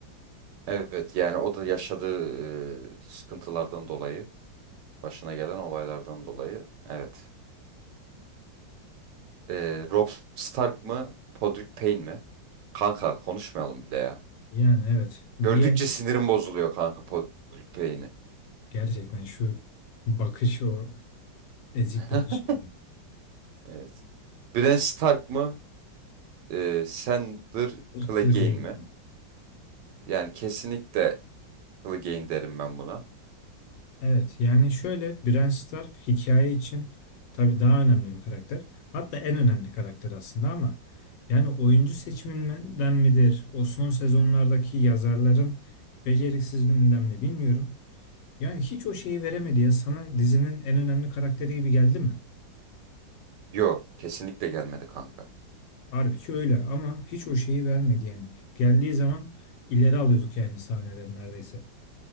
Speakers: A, on the right (about 75°); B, on the left (about 75°).
A: Evet yani o da yaşadığı e, sıkıntılardan dolayı, başına gelen olaylardan dolayı. Evet. E, Robb Stark mı, Podrick Payne mi? Kanka konuşmayalım bile ya.
B: Yani evet.
A: Gördükçe
B: Diğer
A: sinirim bozuluyor kanka Podrick Payne'i.
B: gerçekten şu bakış o ezik
A: <laughs>
B: bakış yani.
A: Evet. Bran Stark mı? E, Sandor Clegane
B: Kılık yayın.
A: mi? Yani kesinlikle Clegane derim ben buna.
B: Evet yani şöyle Bran Stark hikaye için tabii daha önemli bir karakter. Hatta en önemli karakter aslında ama yani oyuncu seçiminden midir? O son sezonlardaki yazarların beceriksizliğinden mi bilmiyorum. Yani hiç o şeyi veremedi ya sana dizinin en önemli karakteri gibi geldi mi?
A: Yo, kesinlikle gelmedi kanka.
B: Halbuki öyle ama hiç o şeyi vermedi yani. Geldiği zaman ileri alıyorduk yani sahneleri neredeyse.